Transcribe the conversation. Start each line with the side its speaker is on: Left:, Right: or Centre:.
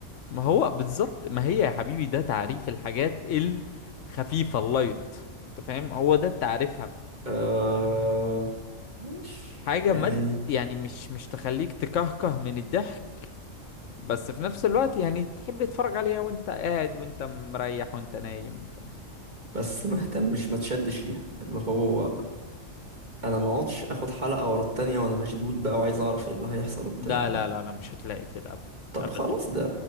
Left: ما هو بالظبط ما هي يا حبيبي ده تعريف الحاجات الخفيفة اللايت انت فاهم هو ده تعريفها
Right: آه مش
Left: حاجة
Right: يعني
Left: مد يعني مش مش تخليك تكهكه من الضحك بس في نفس الوقت يعني تحب تتفرج عليها وانت قاعد وانت مريح وانت نايم فاهم
Right: بس ما اهتمش ما تشدش ليها اللي هو انا ما اقعدش اخد حلقة ورا التانية وانا مشدود بقى وعايز اعرف ايه اللي هيحصل وبتاع
Left: لا لا لا لا مش هتلاقي كده ابدا
Right: طب
Left: ابدا
Right: خلاص ده